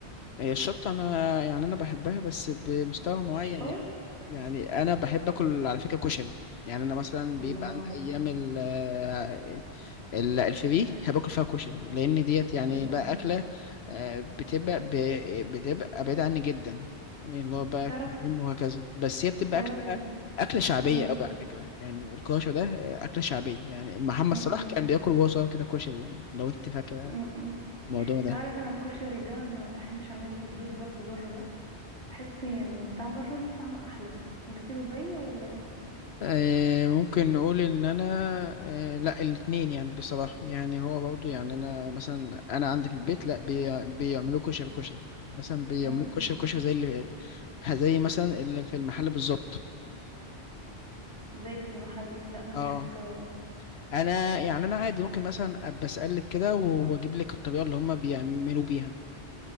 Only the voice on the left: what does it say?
هي الشطة أنا يعني أنا بحبها بس بمستوى معين
يعني. يعني انا بحب اكل على فكره كشري يعني انا مثلا
بيبقى عند ايام ال آه، ال- الفري هباكل فيها كشري لان ديت يعني
بقى اكله آه، بتبقى ب- بتبقى بعيده عني جدا يعني اللي هو بقى
كريم وهكذا بس هي بتبقى
اكله
اكله شعبيه
قوي على فكره يعني الكشري ده آه، اكله شعبيه يعني محمد
صلاح كان بياكل وهو صغير كده كشري يعني لو انت فاكره
الموضوع ده
آه، ممكن نقول ان انا آه، لا الاثنين يعني بصراحه يعني هو برضو يعني انا مثلا انا عندي في البيت لا بي- بيعملوا كشري كشري يعني مثلا بيعملوا
كشري كشري زي اللي زي مثلا اللي في المحل بالظبط
اه
انا يعني انا عادي ممكن مثلا ابقى اسالك كده واجيب لك الطريقه اللي هم بيعملوا بيها